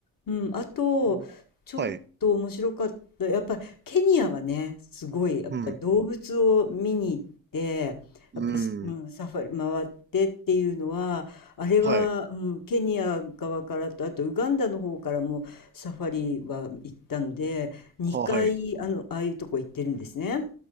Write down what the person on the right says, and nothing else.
おはい。
うん。うん。
はい。
は、はい。